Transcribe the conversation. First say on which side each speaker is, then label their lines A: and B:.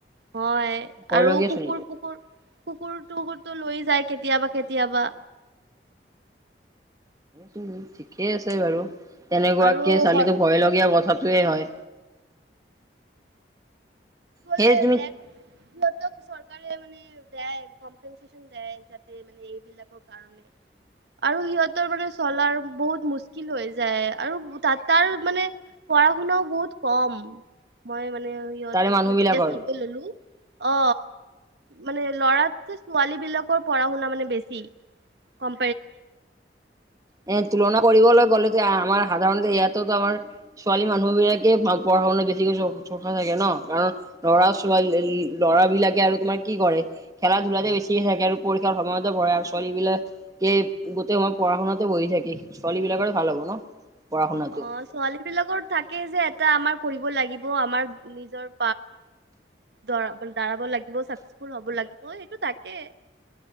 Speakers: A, on the right; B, on the right.
A: হয়
B: ভয়
A: আৰু
B: লগীয়া
A: কুকুৰ
B: চোন
A: কুকুৰ কুকুৰ। টো লৈ যায় কেতিয়াবা কেতিয়াবা।
B: স ঠিকেই আছে বাৰু তেনেকুৱাকে
A: আৰু
B: ছোৱালীতো ভয় লগীয়া কথা। য় হয়।
A: কি
B: সেই তুমি
A: দে সিহত চৰকাৰে মানে দে। কমেনন যাতে মানে এইবিলাকৰ কাৰণে। আৰু সিহঁতৰ মানে চলাৰ বহুত মুচকিল হৈ যায় আৰু তাত তাৰ মানে। পঢ়া শুনাও বহুত কম। মই মানে সিহঁতক
B: তাৰে মানুহ
A: মানে
B: বিলাকৰ
A: যেতিয়া চাৰে ললো। অ। মানে ল'ৰা যে ছোৱালী বিলাকৰ পঢ়া শুনা মানে বেছি কম।
B: এ এ তুলনা কৰিবলৈ গ'লে যে আমাৰ সাধাৰণতে ইয়াতোতো আমাৰ ছোৱালী মানুহ বিলাকে পঢ়া শুনাত বেছিকৈ চা থাকে ন? কাৰণ লৰা ছোৱালী। ল'ৰাবিলাকে আৰু তোমাৰ কি কৰে, খেলা ধূলাতে বেছিকে থাকে আৰু পৰীক্ষাৰ সময়তে পঢ়ে আৰু ছোৱালী বিলাক- কে গোটেই মাহ পঢ়া শুনাতে বহি থাকে। ছোৱালী বিলাকৰ ভাল হব ন। পঢ়া শুনাটো
A: অ ছোৱালী বিলাকৰ থাকে যে এটা আমাৰ কৰিব লাগিব, আমাৰ নিজৰ। দৰাব লাগিব চাকচেচফুল হব লাগিব। অ সেইটো তাকে।